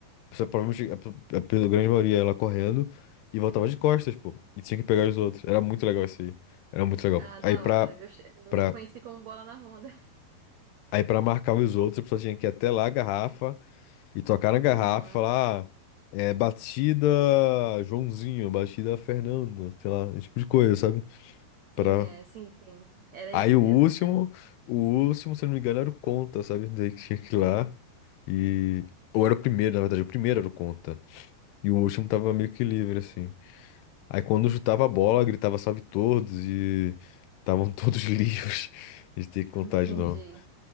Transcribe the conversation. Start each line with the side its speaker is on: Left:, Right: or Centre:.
Left: A pessoa provavelmente, a, pe- a pe- grande maioria ia lá correndo. E voltava de costas, pô. E tinha que pegar os outros. Era muito legal isso aí. Era muito legal.
Right: Ah, da
Left: Aí pra.
Right: hora. Eu, che- eu
Left: pra
Right: a conheci como bola na ronda.
Left: Aí pra marcar os outros, a pessoa tinha que ir até lá a garrafa e tocar na garrafa,
Right: <laughs> Aham.
Left: e falar, ah, é, batida Joãozinho, batida Fernando, sei lá, esse tipo de coisa, sabe?
Right: Sim,
Left: Pra...
Right: é, sim, sim. Era
Left: Aí
Right: isso
Left: o
Right: mesmo,
Left: último,
Right: cara.
Left: o último, se eu não me engano, era o conta, sabe? Daí que tinha que ir lá e... Ou era o primeiro, na verdade, o primeiro era o conta. E o último tava meio que livre, assim. Aí quando chutava a bola, gritava salve todos e... Estavam todos <laughs> livres de ter que contar
Right: <laughs> Entendi.
Left: de novo.